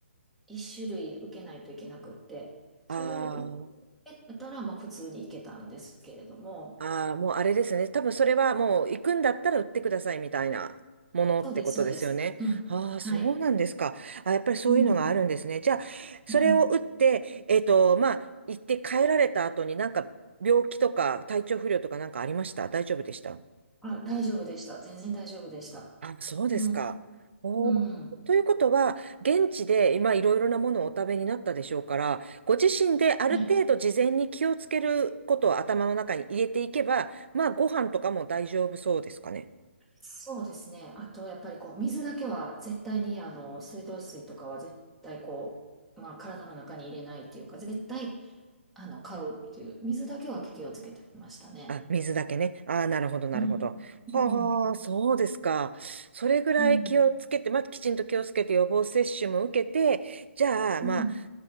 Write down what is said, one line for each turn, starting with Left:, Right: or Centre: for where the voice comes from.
Centre: 一種類受けないといけなくって、それを受
Right: ああ。
Centre: けたら、まあ普通に行けたんですけれども、
Right: ああ、もうあれですね。多分それはもう行くんだったら売ってくださいみたいなものってことですよね。
Centre: そうです、そうです。うん。
Right: ああ、そうなんですか。
Centre: はい。
Right: あ、やっぱりそういうのがあるんですね。
Centre: うん。
Right: じゃあ、それを打って、
Centre: うん。
Right: えっと、まあ、行って帰られた後になんか病気とか体調不良とかなんかありました大丈夫でした
Centre: あ、大丈夫でした。全然大丈夫でした。
Right: あ、そうですか。
Centre: うん、
Right: おーということは、
Centre: うん。
Right: 現地で今いろいろなものをお食べになったでしょうから、ご自身である程度事前に気をつけることを頭の中に入れていけば、
Centre: はい。
Right: まあご飯とかも大丈夫そうですかね。
Centre: そうですね。あと、やっぱりこう、水だけは絶対に、あの、水道水とかは絶対こう、まあ、体の中に入れないっていうか、絶対、あの、買うっていう、水だけは気をつけてましたね。
Right: あ、水だけね。ああ、なるほど、なるほど。
Centre: うん。うん、
Right: はあ、そうですか。それぐらい気をつけて、
Centre: うん、
Right: まあきちんと気をつけて予防接種も受けて、じゃあ、
Centre: うん。
Right: まあ、
Centre: うん。